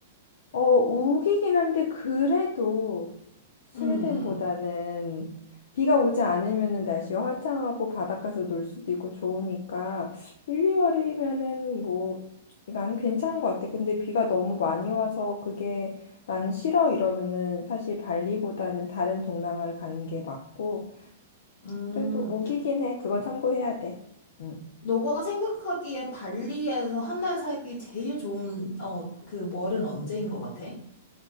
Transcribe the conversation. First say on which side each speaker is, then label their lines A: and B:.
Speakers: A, on the left (about 70°); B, on the left (about 50°).
A: 어, 우기긴 한데 그래도 스웨덴보다는
B: 응 응
A: 비가 오지 않으면은 날씨가 화창하고 바닷가에서 놀 수도 있고 좋으니까 1, 2월이면은 뭐 나는 괜찮은 것 같아. 근데 비가 너무 많이 와서 그게 나는 싫어 이러면은 사실 발리보다는 다른 동남아를 가는 게 맞고
B: 음,
A: 그래도 우기긴 해. 그건 참고해야 돼. 응.
B: 너가 생각하기에 발리에서 한 달 살기 제일 좋은, 어, 그 월은 언제인 것 같아?